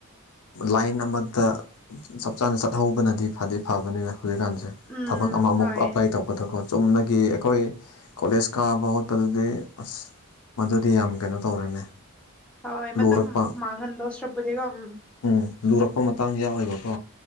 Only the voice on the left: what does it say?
ꯂꯥꯏꯟ ꯑꯃꯗ ꯆꯞ ꯆꯥꯅ ꯆꯠꯍꯧꯕꯅꯗꯤ ꯐꯗꯤ ꯐꯕꯅꯤꯅꯦ ꯍꯧꯖꯤꯛꯀꯥꯟꯁꯦ
ꯊꯕꯛ ꯑꯃꯃꯨꯛ
ꯑꯄ꯭ꯂꯥꯏ ꯇꯧ ꯈꯣꯠꯇꯀꯣ ꯆꯨꯝꯅꯒꯤ ꯑꯩꯈꯣꯏ ꯀꯣꯂꯦꯖ ꯀꯥꯕ ꯈꯣꯠꯄꯗꯗꯤ ꯑꯁ ꯃꯗꯨꯗꯤ ꯌꯥꯝ ꯀꯩꯅꯣ ꯇꯧꯔꯦꯅꯦ
ꯂꯨꯔꯛꯄ
ꯎꯝ ꯂꯨꯔꯛꯄ ꯃꯇꯥꯡ ꯌꯥꯎꯋꯦꯕꯀꯣ